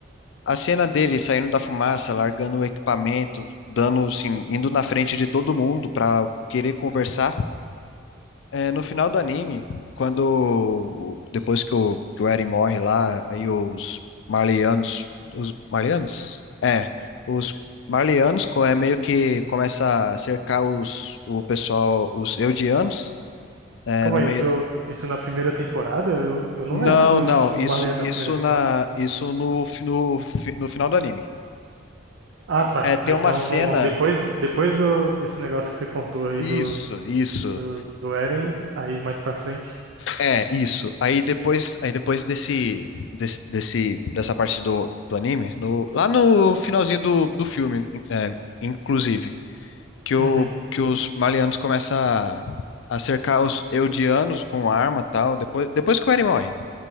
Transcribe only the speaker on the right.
Calma
aí,
isso, isso na primeira temporada? Eu, eu não
lembro do-
<laughs> dos
Marleyanos
na primeira temporada.
Ah, tá.
Ah,
então,
depois, depois do, desse negócio que você contou aí
dos,
do, do Eren, aí mais pra frente.
Uhum.